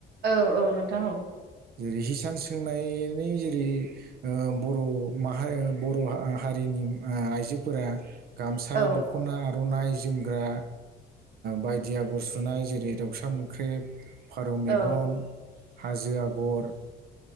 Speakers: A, on the right; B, on the right.
A: औ औ नोंथां औ
B: जेरै हिसान सोंनायनि जेरै बर' माहारि बर' हारि नि आइजोफोरा गामसा
A: औ
B: दख'ना आर'नाय जोमग्रा बायदि आगर सुनाय जेरै दाउसा मोख्रेब फारौ मेगन
A: औ
B: हाजो आगर